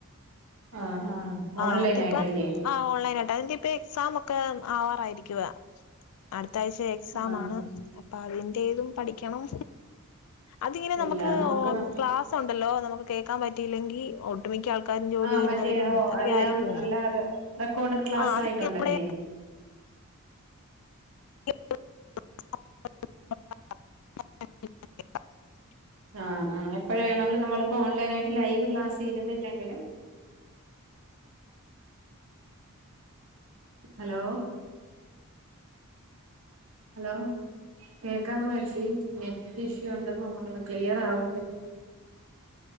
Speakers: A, on the right (about 65°); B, on the left (about 75°).
A: ആഹ് ആഹ്
B: ആഹ്
A: ഓൺലൈൻ
B: അത് ഇപ്പം.
A: ആയിട്ടല്ലേ
B: ആ ഓൺലൈൻ ആയിട്ട അതിന്റെ ഇപ്പൊ എക്സാം ഒക്കെ ആവാറായിരിക്കുവ. അടുത്ത ആഴ്ച എക്സാം
A: ആഹ്
B: ആണ്. അതിന്റേതും പഠിക്കണം. അത് ഇങ്ങനെ നമുക്ക്
A: എല്ലാം നോക്കണം
B: ഓ <unintelligible> ക്ലാ സുണ്ടല്ലോ. നമുക് കേൾക്കാൻ പറ്റിങ്കിൽ ഒട്ടുമിക്ക ആൾക്കാരും ജോലി
A: ആഹ്
B: ചെയ്യുന്നവരും
A: മറ്റേ ഓ
B: ഒക്കെ
A: എല്ലാം
B: ആയിരിക്കുമല്ലോ
A: അല്ലാതെ റെക്കോർഡഡ് ക്ലാസ്
B: ആ അത്
A: ആയിട്ടുണ്ടല്ലേ.
B: നമ്മുടെ <unintelligible>
A: ആഹ് ആഹ്. എപ്പഴ് വേണോങ്കിലും നമ്മളിപ്പോ ഓൺലൈൻ ആയിട്ട് ലൈവ് ക്ലാസ്സ് ഇരുന്നില്ലെങ്കിലും. Hello hello. കേക്കാമോച്ചി. നെറ്റ് ഇഷ്യൂ ഉണ്ടെന്ന് തോന്നുന്ന് ക്ലിയർ ആവുന്നി